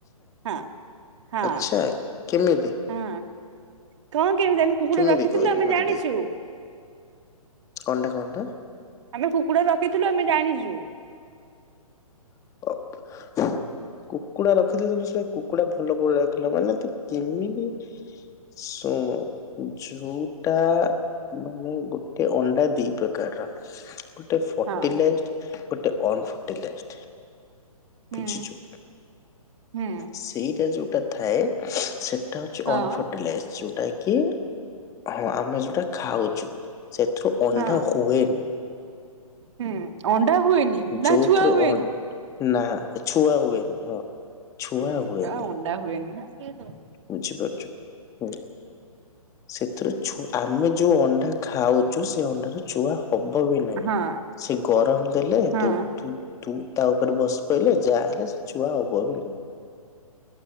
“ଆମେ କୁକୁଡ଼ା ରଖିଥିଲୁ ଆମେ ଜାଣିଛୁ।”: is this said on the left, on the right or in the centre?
Right